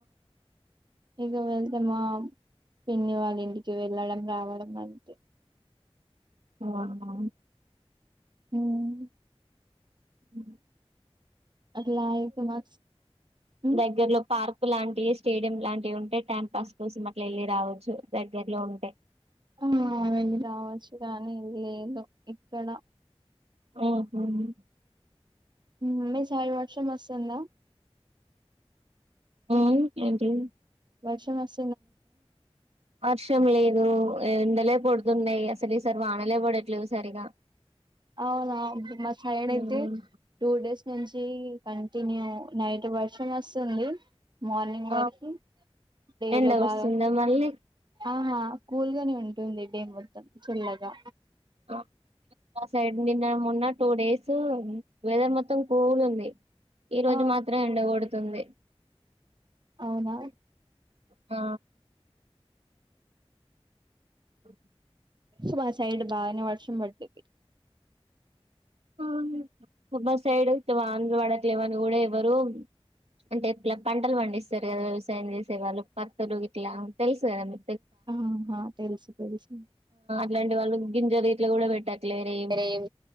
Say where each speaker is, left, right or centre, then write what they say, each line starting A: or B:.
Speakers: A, on the right; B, on the right.
A: ఇగా వెళ్తే మామ్ పిన్ని వాళ్ళింటికి వెళ్ళడం రావడం అంతే
B: ఓనా
A: ఉహూహ్
B: నువ్వా
A: అట్లా అయితే మస్ ఉమ్
B: దగ్గరలో పార్కు లాంటి స్టేడియం లాన్ టి ఉంటే టైం పాస్ కోసం అట్లా ఏళ్ళి రావచ్చు. దగ్గరలో ఉంటే
A: ఆహ్ వెళ్ళి రావచ్చు గానీ లేదు ఇక్కడ
B: ఆహోమ్
A: హ్మ్ మీ సైడ్ వర్షం వస్తుందా
B: హ్మ్ ఏం లేదు.
A: వర్షం వస్
B: వర్షం లేదు. ఎండలే కోడుతున్నయి అసలు ఈసారి వానలే పడట్లేవు సరిగా
A: అవునా మా సైడ్ అయితే
B: ఉమ్
A: టూ డేస్ నుంచి కంటిన్యూ. నైట్ వర్షం వస్తుంది. మార్నింగ్ వరకి
B: ఆ
A: డేలో
B: ఎండ వస్తుందా
A: బాగా
B: మళ్ళీ
A: ఆహా కూల్గానే ఉంటుంది డే మొత్తం చల్లగా
B: ఆ మా సైడ్ నిన్న మొన్న టూ డేస్ వెదర్ మొ మొత్తం కూల్ ఉంది ఈరోజు
A: ఆ
B: మాత్రం ఎండగొడుతుంది.
A: అవునా
B: ఆ అ
A: ఫస్ట్ మా సైడ్ బాగానే వర్షం పడ్డది.
B: అవునా మా సైడ్ వత్తే వానలు పట్లేవని గుడా ఎవరు అంటే ఇట్లా పంటలు పండిస్తారు కదా వ్యవసాయం చేసే వాళ్ళు పత్తులు గిట్లా తెలుసు కదా మీ
A: ఆహా తెలుసు తెలుసు
B: ఇలాంటి వాళ్ళు గింజలిట్ల కూడా పెట్టట్లేరేం.
A: ఏం